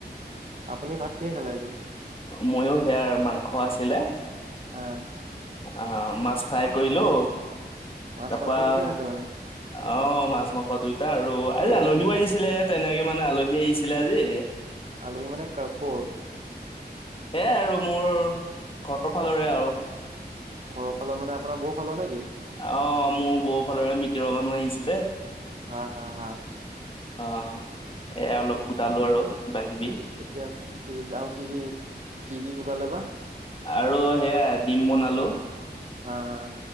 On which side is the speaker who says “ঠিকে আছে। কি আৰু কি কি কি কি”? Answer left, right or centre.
Right